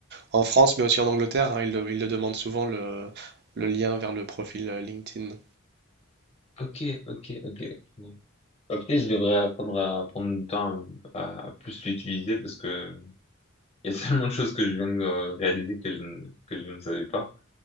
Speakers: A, on the right; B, on the left.
A: en France, mais aussi en Angleterre. hein, ils le, ils le demandent souvent le, le lien vers le profil euh, LinkedIn.
B: Ok, ok, ok. ok. Bah, peut-être je devrais apprendre à prendre du temps à, à plus l'utiliser parce que il y a <laughs> tellement de choses que je viens de euh, réaliser que je, ne- que je ne savais pas.